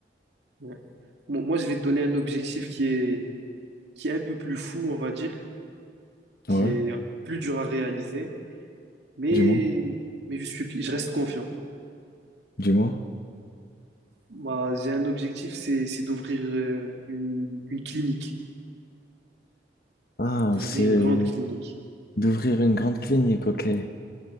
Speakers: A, on the right (about 75°); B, on the left (about 55°).
A: Ouais. Bon, moi, je vais te donner un objectif qui est, qui est un peu plus fou, on va dire. qui
B: Ouais,
A: est plus dur à réaliser, mais,
B: dis-moi,
A: mais je suis, je reste confiant.
B: dis-moi.
A: Moi, j'ai un objectif, c'est, c'est d'ouvrir euh, une, une clinique,
B: Ah,
A: d'ouvrir
B: c'est
A: une grande clinique.
B: d'ouvrir une grande clinique, ok.